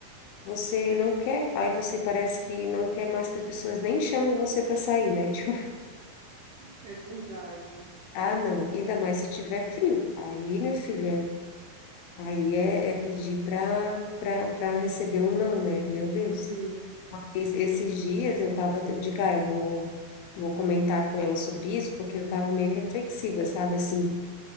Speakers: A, on the left; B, on the right.
A: Você não quer, aí você parece que não quer mais que as pessoas nem chamem você para sair, né? <laughs> Tipo,
B: É verdade.
A: ah, não, ainda mais se tiver frio. Aí, minha filha, aí é, é pedir para para para receber um não, né? Meu Deus.
B: Sim,
A: Aí, esses dias eu tava, eu digo, ah, eu vou vou comentar com ela sobre isso, porque eu tava meio reflexiva, sabe? Assim,